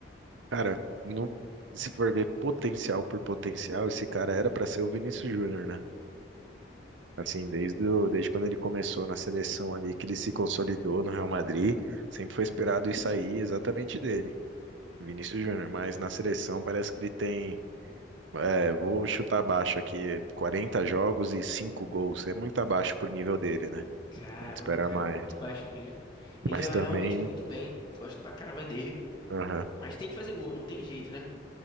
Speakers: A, on the right; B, on the left.
A: Cara, não, se for ver potencial por potencial, esse cara era pra ser o Vinícius Júnior, né? Assim, desde, o- desde quando ele começou na seleção ali, que ele se consolidou no Real Madrid, sempre foi esperado isso aí exatamente dele, Vinícius Júnior. Mas na seleção parece que ele tem, é, vou chutar abaixo aqui, 40 jogos e 5 gols. É muito abaixo pro nível dele, né?
B: Caramba,
A: A gente espera
B: cara,
A: mais.
B: é muito baixo mesmo. Ele
A: Mas
B: joga
A: também,
B: realmente muito bem, gosto pra caramba dele,
A: aham,
B: mas tem que fazer gol, não tem jeito, né?